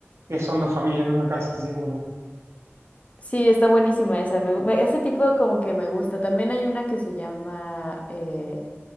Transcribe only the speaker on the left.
Sí, está buenísima esa. me gu- me- ese tipo como que me gusta. También hay una que se llama, eh,